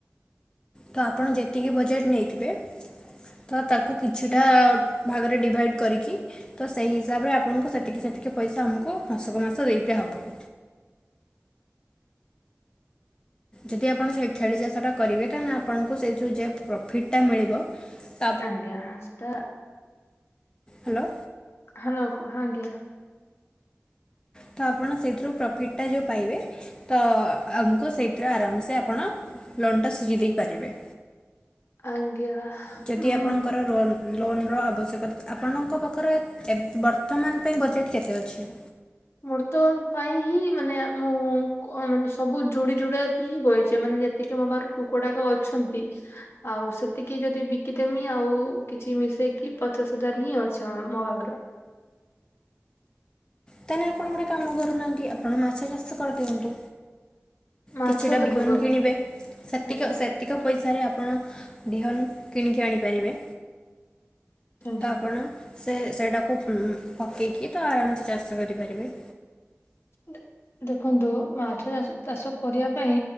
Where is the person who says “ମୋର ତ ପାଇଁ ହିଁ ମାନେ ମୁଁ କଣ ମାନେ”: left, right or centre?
Left